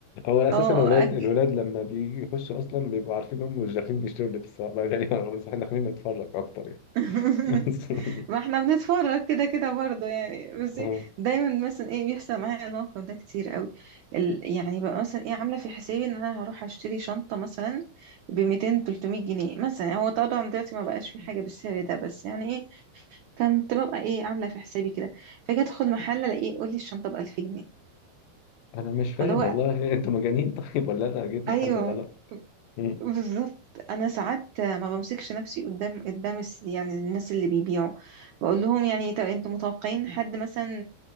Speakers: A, on the left; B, on the right.
A: هو اساسا
B: اه
A: الولاد
B: أج...
A: الولاد لما بيجي يخشوا اصلا بيبقوا عارفين هم مش داخلين يشتروا لبس بقى غالبا بس احنا داخلين نتفرج اكتر يعني
B: <laughs>
A: بس <laughs>
B: ما احنا بنتفرج كده كده برضه يعني بس إيه،
A: آه.
B: دايما مثلا ايه بيحصل معايا الموقف ده كتير قوي ال... يعني بقى مثلا ايه عامله في حسابي ان انا هروح اشتري شنطه مثلا ب 200 300 جنيه مثلا يعني هو طبعا دلوقتي ما بقاش في حاجه بالسعر ده بس يعني ايه كنت ببقى ايه عامله في حسابي كده فاجي ادخل محل الاقيه يقول لي الشنطه ب 1000 جنيه
A: انا مش فاهم
B: فاللي هو
A: والله انتوا مجانين طيب ولا انا جيت محل
B: ايوه
A: غلط مم.
B: بالظبط انا ساعات ما بمسكش نفسي قدام قدام الس- يعني الناس اللي بيبيعوا بقول لهم يعني طب انتوا متوقعين حد مثلا